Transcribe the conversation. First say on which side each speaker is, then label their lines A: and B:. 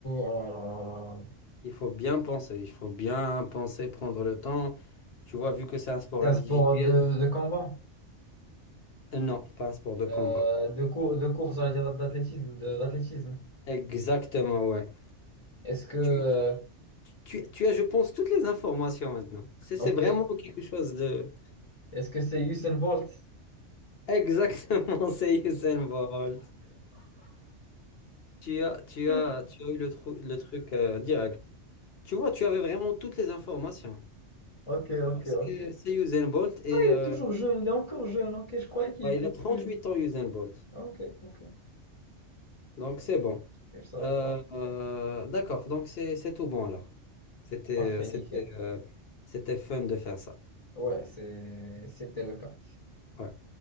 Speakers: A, on the left; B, on the left.
A: Alors, alors, alors, alors.
B: il faut bien penser, il faut bien penser, prendre le temps. Tu vois, vu que c'est un sport
A: C'est
B: individuel,
A: un sport de, de combat,
B: euh, non, pas un sport de combat.
A: euh, de, cour de course, j'allais dire d'athlétisme, de- d'athlétisme.
B: Exactement, ouais.
A: Est-ce que, euh,
B: Tu, tu, tu- tu as, je pense, toutes les informations maintenant. C'est
A: ok,
B: c'est vraiment quelque chose de...
A: est-ce que c'est Usain Bolt?
B: Exactement, <laughs> c'est Usain Bolt. Tu as, tu
A: <laughs>
B: as, tu as eu le, tru- le truc euh, direct. Tu vois, tu avais vraiment toutes les informations.
A: Ok, ok,
B: Donc, C'est
A: ok.
B: c'est Usain Bolt et
A: Ah, il
B: euh,
A: est toujours jeune, il est encore jeune. Ok, je croyais qu'il
B: bah,
A: était
B: il a
A: plus.
B: 38 ans, Usain Bolt.
A: Ah, Ok, ok, ok,
B: Donc, c'est bon.
A: je savais
B: Euh,
A: pas.
B: euh, d'accord, donc c'est c'est tout bon alors. C'était,
A: Parfait,
B: euh, c'était,
A: nickel.
B: euh, c'était fun de faire ça.
A: Ouais, c'est, c'était le cas.
B: Ouais.